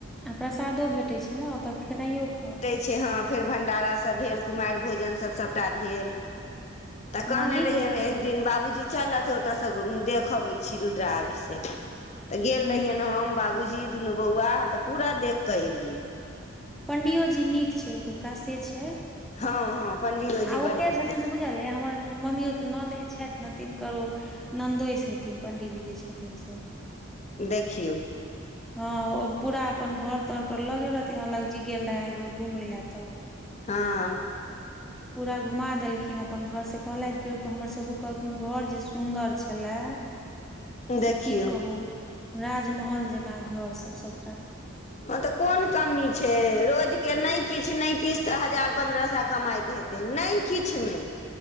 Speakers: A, in the centre; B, on the left.
A: आ प्रसादो भेटैय छैय नऽ ओतऽ खेनाइयो खाउ
B: छैय हँ फेर भंडारा सब भेल कुमाइर भोजन सभ सभटा भेल तऽ
A: हँ
B: कहने
A: नीक
B: रहियैन्ह
A: लगैत
B: ने
A: रहै
B: एक
A: छै
B: दिन बाबूजी चलऽ तऽ ओतऽ स देख अबय छी रुद्राभिषेक तऽ गेल
A: हूँ
B: रहियैन्ह हम बाबूजी दुनू बौआ तऽ पूरा देख कऽ एलियै
A: पंडियो जी नीक छैय ओतुका से छैय
B: हँ हँ पंडियोजी
A: आ ओ
B: बड्ड
A: के
B: नीक
A: छथिन से बुझलेय हमर ममियौत ननैद छथि नऽ तिनकर ओ नन्दोसि हेथिन्ह पंडीजी जे छथिन्ह से
B: देखियौ
A: हँ ओ पूरा अपन घर तर पर लऽ गेल रहथिन अलख जी गेल रहे एक बेर घूमय लऽ तऽ
B: हँ
A: पूरा घुमा देलखिन अपन घर से कहलथि जे हमर ससुर कहलखिन घर जे सुंदर छलेय।
B: देखियौ
A: से की कहू राजमहल जकाँ घर सब सभटा
B: हँ तऽ कोन कमी छै रोजके नहि किछु नहि किछु तऽ हजार पन्द्रह सए कमाइत हेतै। तऽ नहि किछुमे